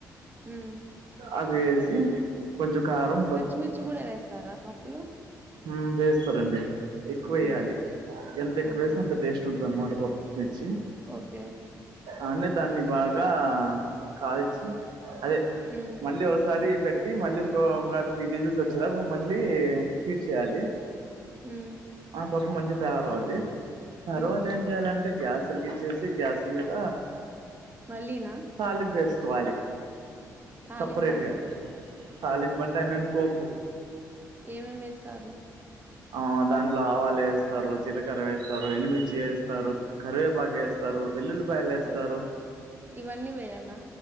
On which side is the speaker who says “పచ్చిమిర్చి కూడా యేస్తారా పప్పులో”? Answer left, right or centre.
Right